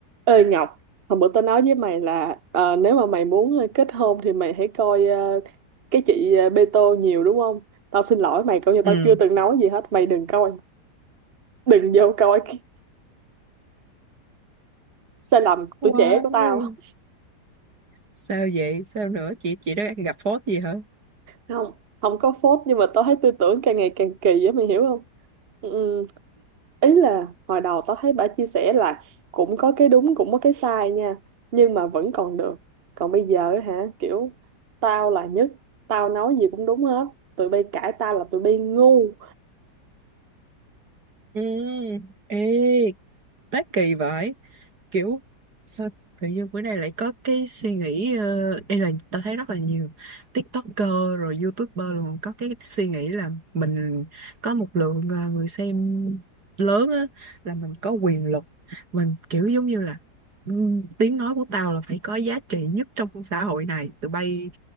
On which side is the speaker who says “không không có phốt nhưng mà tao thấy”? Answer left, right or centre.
Right